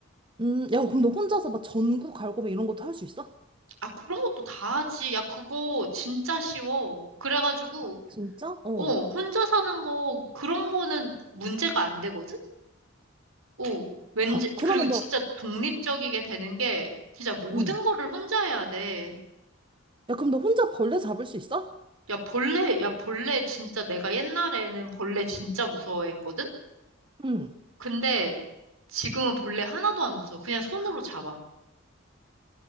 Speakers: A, on the right; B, on the right.
A: 음, 야, 그럼 너 혼자서 막 전구 갈고 막 이런 것도 할 수 있어?
B: 아, 그런 것도 다 하지. 야, 그거 진짜 쉬워. 그래가지고,
A: 아, 진짜? 어.
B: 어, 혼자 사는 거, 그런 거는 문제가 안 되거든? 오, 왠지,
A: 야, 그러면
B: 그리고 진짜
A: 너,
B: 독립적이게 되는 게, 진짜 모든
A: 응.
B: 거를 혼자 해야 돼.
A: 야, 그럼 너 혼자 벌레 잡을 수 있어?
B: 야, 벌레, 야, 벌레 진짜 내가 옛날에는 벌레 진짜 무서워했거든?
A: 응.
B: 근데 지금은 벌레 하나도 안 무서워. 그냥 손으로 잡아.